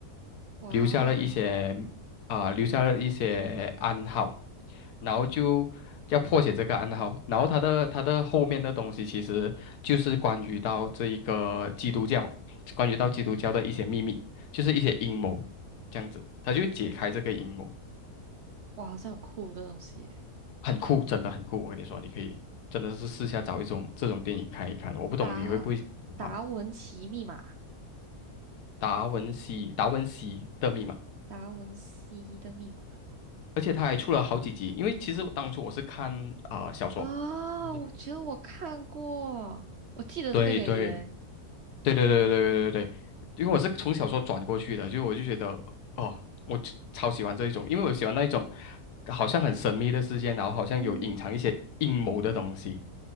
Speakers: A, on the right; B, on the left.
A: 哇，
B: 留下了一些啊、留下了一些暗号，然后就要破解这个暗号，然后他的他的后面的东西其实就是关于到这一个基督教，关于到基督教的一些秘密，就是一些阴谋这样子，他就解开这个阴谋。
A: 哇，好像很酷的东西耶。
B: 很酷，真的很酷。我跟你说，你可以真的是试下找一种这种电影看一看。我不懂你会不会喜欢
A: 达达文奇密码，
B: 达文西达文西的密码，
A: 达文西的密码
B: 而且他还出了好几集。因为其实当初我是看啊、呃小说，
A: 啊，
B: 对
A: 我觉得我看过，我记得这个演员，
B: 对对对对对对对对对，因为我是从小说转过去的，就我就觉得哦，我就超喜欢这一种，因为我喜欢那一种好像很神秘的世界，然后好像有隐藏一些阴谋的东西。
A: 嗯